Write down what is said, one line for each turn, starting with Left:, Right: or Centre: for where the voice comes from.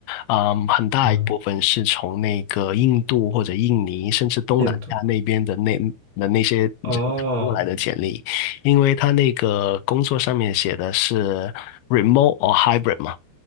Left: 嗯，很大一部分是从那个印度或者印尼，
Right: 嗯，
Left: 甚至东南亚那边的那的那些人投过来的简历，
Right: 印度，哦
Left: 因为他那个工作上面写的是 remote or hybrid 嘛。